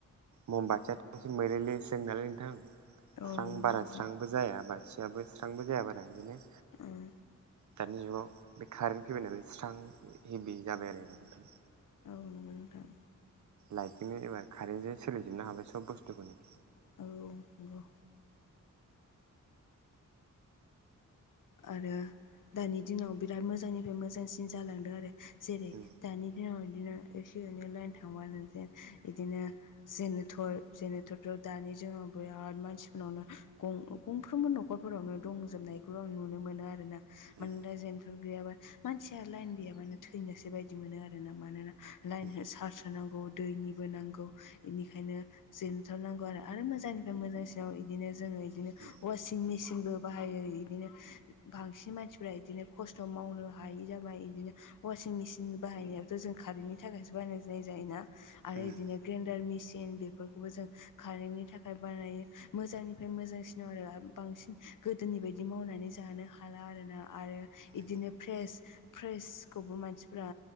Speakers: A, on the right; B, on the left.
A: ममबाथियाथ'से मैलेले सो नालाय नोंथां
B: औ
A: स्रां
B: नंगौ नोंथां
A: बारा स्रां जाया बाथियाबो स्रांबो जाया बारा बिदिनो
B: ओम
A: दानि जुगाव बे कारेन्ट फैबाय नालाय स्रां हेभि जाबाय आरोा नोंथां
B: औ नंगौ नोंथां
A: लाइटजोंनो एबा कारेन्टजों सोलिजोबनो हाबाय सब बुस्थुखौनो
B: औ नंगौ आरो दानि दिनाव बिराद मोजांनिफ्राय मोजांसिन जालांदों आरो जेरै
A: उम
B: दानि दिनाव बिदिनो एसे एनै लाइन थांबानो जेन बिदिनो जेनर जेनेथरथ' दानि जोंनाव बिराद मानसिफोरनावनो गंफ्रोमबो न'खरफोरावनो दंजोबनायखौ आ नु मोनो आरोना
A: उम
B: मानोना जेनेरेथर गैयाबा मानसिया लाइन गैयाबानो थैनोसो बायदि मोनो आरोना मानोना लाइन
A: उम
B: चार्ज होनांगौ दैनिबो नांगौ बेनिखायनो जोनथारनांगौ आरो मोजांनिफ्राय मोजांसिनाव बिदिनो जोङो बिदिनो
A: उम
B: वासि मेसिनबो बाहायो बिदिनो बांसिन मानसि बिनिफ्राय बिदिनो खस्थ' मावनो हायि जाबाय बिदिनो ववासिं मेसिन बाहायनायाथ' जों कारेन्टनि थाखायसो बायनाय जायोना
A: उम
B: आरो बिदिनो ग्रेन्डार मेसिन बेफोरखौबो जों कारेन्टनि थाखाय बानायो मोजांनिफ्राय मोजांसिनाव आरो बांसिन गोदोनि बायदि मावनानै जानो हाला आरोना आरो
A: उम
B: इदिनो फ्रेस फ्रेसखौबो मानसिफ्रा